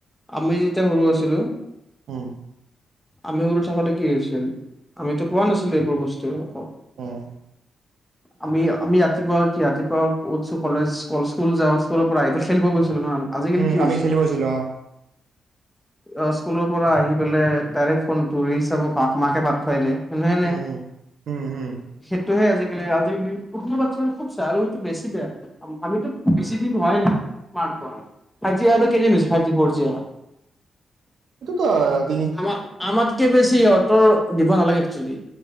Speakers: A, in the centre; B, on the right (about 70°).
A: আমি যেতিয়া সৰু আছিলো,
B: উ
A: আমি সৰু থাকোতে কি হৈছিল, আমিতো পোৱা নাছিলো এইবোৰ বস্তু একো।
B: উম।
A: আমি আমি ৰাতিপুৱা কি ৰাতিপুৱা উঠছো কলেজ স্কুল যাও স্কুলৰ পৰা আহি পেলাই খেলব গৈছো। <unintelligible> আজিকালি
B: উম
A: কি
B: আমি
A: হৈছে
B: খেলি
A: <inaudible>
B: গৈছিলোঁ অ
A: অচ স্কুলৰ পৰা আহি পেলাই তাৰে ফোনটো ৰিলচ চাব পাক মাকে ভাত খৱাই দে। নহেনে
B: উম উম উম উম
A: সেইটোহে আজি এলেআজিলি উঠনো বাচ্ছাৰে খুব চাই আৰুসটো বেছি বেয়া আমিতো বেছি দিন হোৱাই নাই, মাৰ খোৱা। আজি আৰু কেদিন হৈছে ফাইভ জিহ। ৱৰ্জীয়া।
B: এটোকত?
A: আমা আমাতকে বেছি ইহঁত উম দিব নালাগে একচোয়েলী